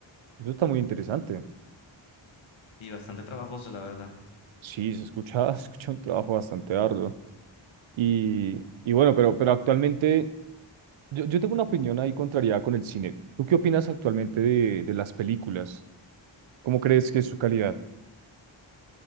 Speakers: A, on the right (about 75°); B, on the left (about 75°).
A: eso está muy interesante.
B: Y bastante trabajoso, la verdad.
A: Sí, se escucha, <laughs> se escucha un trabajo bastante arduo. Y, y bueno, pero, pero actualmente Yo, yo tengo una opinión ahí contraria con el cine. ¿Tú qué opinas actualmente de, de las películas? ¿Cómo crees que es su calidad?